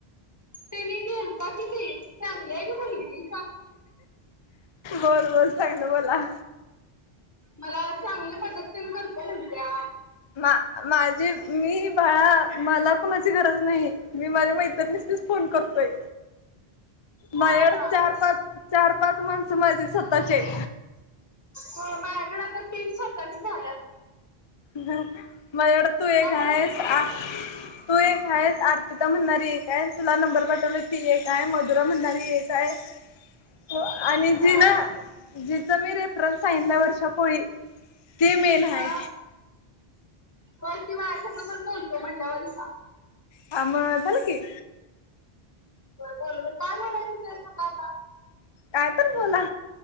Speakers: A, on the left; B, on the left.
A: तिने केलता की ती, चांगली आहे ग बाई ती.
B: बोल-बोल चांगलं बोला.
A: मला चांगली मदत तेन करतोय मदत तेन करतो म्हणत्या.
B: माझी मी बाळा, मला कुणाची गरज नाही, मी माझं माझ्या मैत्रिणीसनीच फोन करतोय.
A: हा
B: माझ्याकड
A: मदत
B: चार-पाच चार-पाच माणसं माझी स्वतःची आहेत.
A: हो माझ्याकडे आता तीन स्वतःची झाल्यत.
B: ह माझ्याकडे तू एक
A: त्या
B: आहेस
A: पण
B: आनी तू एक आहेस, अर्पिता म्हणणारी एक आहे, तुला नंबर पाठवला ती एक आहे, मधुरा म्हणारी एक आहे. हो आणि जिना
A: हा
B: जिचां मी रेफरन्स सांगितला वर्षाकोळी ते मेन
A: हा
B: आहे.
A: वरती बायासंग पण बोलतोय म्हटल्यावर कसा
B: हा मग झालं की.
A: बोलवे काय म्हणायचं तिच्या संग आता
B: काय पण बोला.